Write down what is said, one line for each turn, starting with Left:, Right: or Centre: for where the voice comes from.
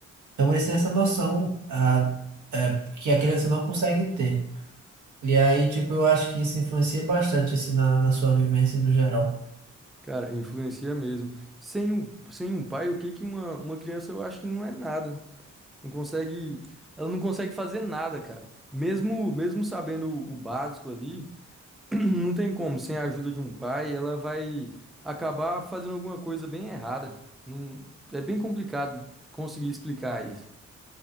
Right: Então eles têm essa noção ah, é, que a criança não consegue ter. E aí, tipo, eu acho que isso influencia bastante, assim, na, na sua vivência no geral.
Centre: Cara, influencia mesmo. Sem um, sem um pai, o que que uma, uma criança, eu acho que não é nada. Não consegue, ela não consegue fazer nada, cara. Mesmo, mesmo sabendo o básico ali, <clears throat> não tem como. Sem a ajuda de um pai, ela vai acabar fazendo alguma coisa bem errada. Não, é bem complicado conseguir explicar isso.